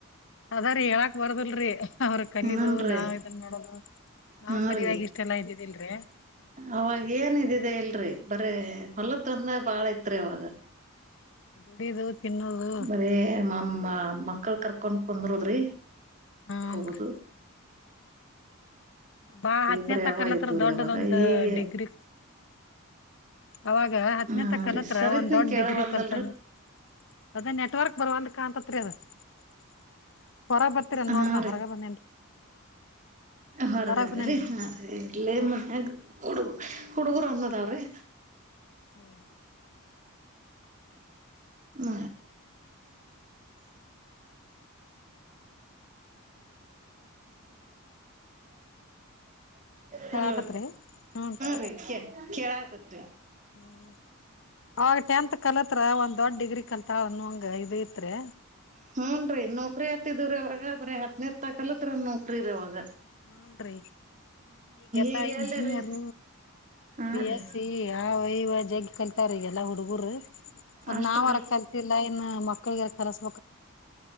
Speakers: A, on the left (about 60°); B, on the right (about 35°).
A: ಅದ ರೀ ಹೇಳಕ್ ಬಾರದಲ್ರರಿ, ಅವ್ರ ಕಲೀದು
B: ಹ್ಞೂ ರೀ
A: ನಾವ್ ಇದನ್ ನೋಡದು ನಾವ್
B: ಹ್ಞೂ
A: ಖಲಿಯಾಗಿ
B: ರೀ
A: ಇಷ್ಟೆಲ್ಲಾ ಇದೀವಿ <unintelligible>
B: ಅವಾಗ ಏನ್ ಇದಿದೆ ಇಲ್ರಿ. ಬರೇ ಹೊಲ ತೊಂದ ಬಾಳ. ಅತ್ರವಾಗ
A: ದುಡಿದು ತಿನ್ನೋದು
B: ಬರೇ ಮಾಮ್ಮ ಮಕ್ಕಳ ಕರ್ಕೊಂಡ್ ಕುಂದರೋದ್ರಿ.
A: ಹಾನ್ರಿ
B: ಹೋಗುದು.
A: ಬಾ ಹತ್ತನೇ
B: ಬರೀ
A: ತಕಲ್ಲತ್ರ
B: ಅವ ಇದ್ದು ರೀ
A: ದೊಡ್ಡದೊಂದ
B: ಅವಾಗ ಈಗ
A: ಡಿಗ್ರಿ ಅವಾಗ ಹತ್ತನೇ
B: ಹಾಂ
A: ತ ಕಲತ್ರ
B: ರೀ ಸರಿತ್ನ
A: ಒಂದ್ ದೊಡ್
B: ಕೇಳವಲ್ದಲ್ರಿ
A: ಡಿಗ್ರಿ ಕಲ್ತಂಗ ಅದೇ ನೆಟ್ವರ್ಕ್ ಬರವಲ್ ಕಾಂತತಿ ಅಂತ. <unintelligible> ಹೊರಗ್ ಬರ್ತೀರನ್
B: ಹಾಂ
A: ನೋಡ್ರ ನಾ ಹೊರಗ ಬಂದೇನ್ರಿ.
B: ಹೊರಗದ
A: ಹೊರಗ ಬಂದೇನ್ರಿ
B: ರೀ ಅರ ಇಲ್ಲೇ
A: ಹೂನ್ರಿ
B: ಮನೆ ಕೊಡ ಹುಡುಗರು ಅನ್ನದಾವ್ರಿ.
A: ಹ್ಮ
B: ಮ ಹಲೋ
A: ಕೇಳಾತತ್ರಿ ಹೂನ್ರಿ
B: ರೀ ಕೇಳ್. ತತ್ರ
A: ಹ್ಮ್ ಅವಾಗ ಟೆಂತ್ ಕಲತ್ರ ಒಂದ್ ದೊಡ್ ಡಿಗ್ರಿ ಕಂತ ಅವನುಂಗ ಇದತ್ ರೀ.
B: ಹೂನ್ ರೀ ನೌಕ್ರಿ ಆತ್ತಿದವ್ರ ಇವಾಗ ಬ್ರೀ ಹತ್ನೇರ್ ತಾಕಲ್ಲತ್ರ ನೌಕ್ರಿರವಾಗ
A: ಹ್ಮ್ ನ್ರಿ ಈಗೆಲ್ಲಾ
B: ಈಗ
A: ಇಂಜಿನಿಯರ್
B: ಎಲ್ಲಿರಿ ಹಾ
A: ಬಿ
B: ರೀ
A: ಎಸ್ ಸಿ ಆ ವಹಿವ. ಜಗ್ ಕಲ್ತಾರ ಎಲ್ಲ ಹುಡುಗರು. ಅದ್
B: ಅಷ್ಟ
A: ನಾವ್ ಅರ ಕಲ್ತಿಲ್ಲ ಇನ್ನು ಮಕ್ಕಳಿಗೆರ ಕಲಸ